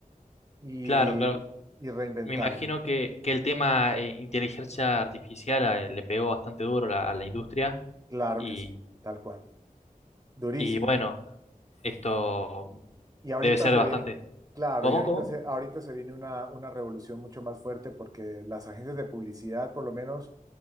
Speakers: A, on the right; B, on the left.
A: y,
B: claro, claro.
A: y reinventarme.
B: Me imagino que, que el tema eh, inteligencia artificial eh, le pegó bastante duro la- a la industria
A: Claro
B: y,
A: que sí, tal cual. Durísimo.
B: y bueno, esto
A: Y ahorita
B: debe ser
A: se
B: bastante.
A: viene, claro,
B: ¿Cómo?
A: y ahorita
B: ¿Cómo?
A: se, ahorita se viene una, una revolución mucho más fuerte porque las agencias de publicidad, por lo menos,